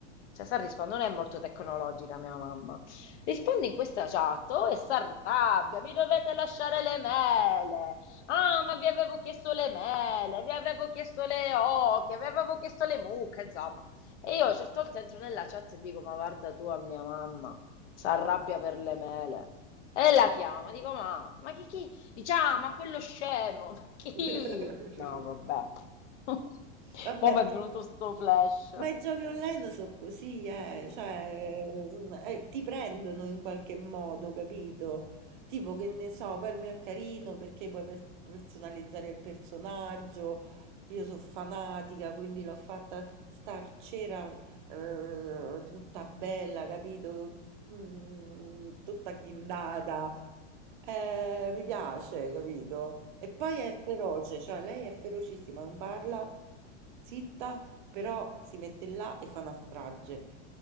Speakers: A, on the left; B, on the right.
A: cioè sa rispondere, non è molto tecnologica mia mamma, risponde in questa chat oh, e si arrabbia, mi dovete lasciare le mele, ah ma vi avevo chiesto le mele, vi avevo chiesto le oche, vi avevo chiesto le mucche, insomma. E io a certe volte entro nella chat e dico ma guarda tu a mia mamma, si arrabbia per le mele. E la chiama, dico ma, ma chi, chi, Dice, ah, ma quello scemo, ma chi?
B: <laughs>
A: No, vabbè. <laughs>
B: Vabbè,
A: Mo' mi
B: ma,
A: è venuto sto flash.
B: ma i giochi online sono così, eh, cioè, son- eh, ti prendono in qualche modo, capito? Tipo che ne so, poi il mio è carino perché puoi per- personalizzare il personaggio. Io sono fanatica, quindi l'ho fatta star cera, eh, tutta bella, capito? Mm, tutta ghindata. Eh, mi piace, capito? E poi è feroce, cioè lei è ferocissima, non parla zitta, però si mette là e fa una strage.